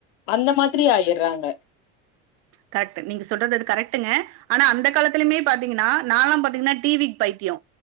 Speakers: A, on the left; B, on the right.
A: அந்த மாரி ஆயிற்றாங்க
B: கரெக்ட் நீங்க சொல்றது அது கரெக்டுங்க ஆனா அந்த காலத்துலயுமே பாத்தீங்கனா நாலா பாத்தீங்கனா டிவிக்கு பைத்தியோ